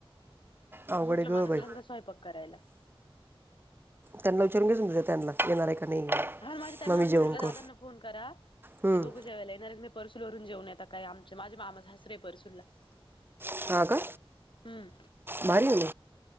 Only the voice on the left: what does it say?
म्हटलं
मला
सांग स्वयंपाक करायला
असं
हा माझे त्यांनाच
म्हंटलं दादांना
फोन करा
ते दोघे जेवायला येणार परसूल वरून जेऊन येत काय आम माझे मामासासरे आहे परसूलला
हम्म